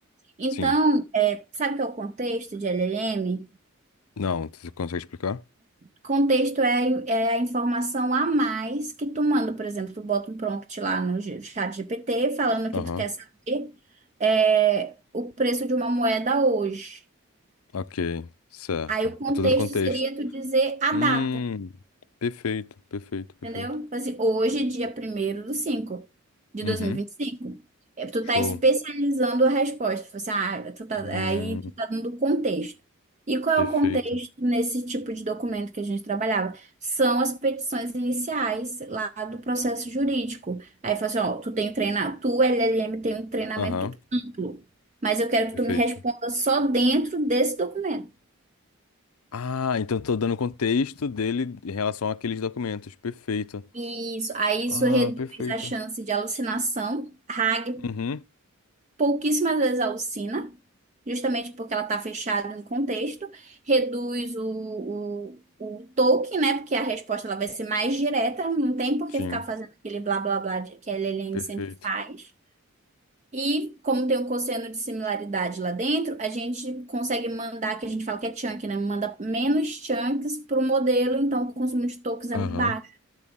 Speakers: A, on the right; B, on the left.
A: Então,
B: sim.
A: é, sabe o que é o contexto de LLM?
B: Não, você consegue explicar?
A: Contexto é, a- é a informação a mais que tu manda, por exemplo, tu bota um prompt lá no G- chat GPT falando que
B: Aham,
A: tu quer saber é, o preço de uma moeda hoje.
B: ok, certo.
A: Aí o contexto
B: Eu tô dando contexto.
A: seria tu dizer a
B: Hum,
A: data.
B: perfeito, perfeito, perfeito.
A: Entendeu? Tipo Assim, hoje, dia primeiro do 5 de
B: Uhum,
A: dois mil e e vinte e cinco. É, tu
B: show.
A: tá especializando a resposta. Tipo assim, ah, tu tá,
B: Hum,
A: aí tu tá dando contexto. E qual
B: perfeito.
A: é o contexto nesse tipo de documento que a gente trabalhava? São as petições iniciais lá do processo jurídico. Aí fala assim, ó, tu tem treinar, tu, LLM, tem um treinamento
B: Aham,
A: amplo, mas eu quero que
B: perfeito.
A: tu me responda só dentro desse documento.
B: Ah, então eu tô dando contexto dele em relação àqueles documentos. Perfeito.
A: Isso, aí
B: Ah,
A: isso reduz
B: perfeito.
A: a chance de alucinação. rag
B: Uhum,
A: pouquíssimas vezes a alcina, justamente porque ela está fechada em contexto, reduz o, o, o toque, né? Porque a resposta ela vai ser mais direta, não tem por
B: sim,
A: que ficar fazendo aquele blá blá blá de- que a Lelene
B: perfeito.
A: sempre faz. E como tem um cosseno de similaridade lá dentro, a gente consegue mandar, que a gente fala que é chunk, né? Manda menos chunks para o modelo, então o consumo de tokens é
B: Aham,
A: muito baixo.